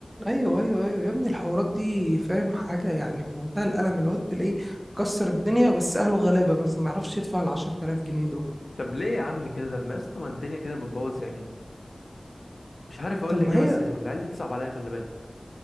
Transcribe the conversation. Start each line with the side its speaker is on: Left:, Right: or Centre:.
Right: ايوه ايوه ايوه يا ابني الحوارات دي فاهم حاجه يعني في منتهى الالم الواد تلاقيه مكسر الدنيا بس اهله غلابه مثلا ما يعرفش يدفع ال 10000 جنيه دول
Left: طب ليه يا عم كده طب ما يا اسطى ما الدنيا كده بتبوظ يعني مش عارف اقول
Right: طب
Left: لك
Right: ما
Left: ايه
Right: هي
Left: بس العيال دي تصعب عليا خلي بالك